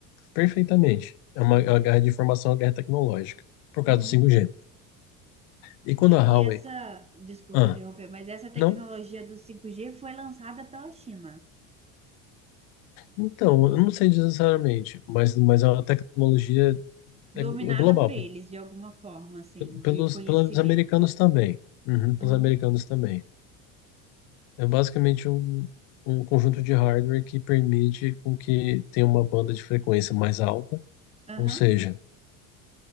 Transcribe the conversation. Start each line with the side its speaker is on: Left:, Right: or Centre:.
Left: Perfeitamente. É uma, é uma guerra de informação, é uma guerra tecnológica, por
Right: Uhum.
Left: causa do 5G. E quando a Huawei.
Right: E essa, desculpa
Left: Ah,
Right: interromper, mas essa tecnologia
Left: não?
Right: do 5G foi lançada pela China.
Left: Então, eu não sei necessariamente, mas, mas é uma tecnologia
Right: dominada
Left: é glo- é global,
Right: por eles
Left: pe-
Right: de alguma forma, assim, de
Left: pelos,
Right: conhecimento.
Left: pelos americanos também. Uhum, pelos
Right: Aham,
Left: americanos também. É basicamente um, um conjunto de hardware que permite com que tenha uma banda de frequência mais alta,
Right: aham,
Left: ou seja,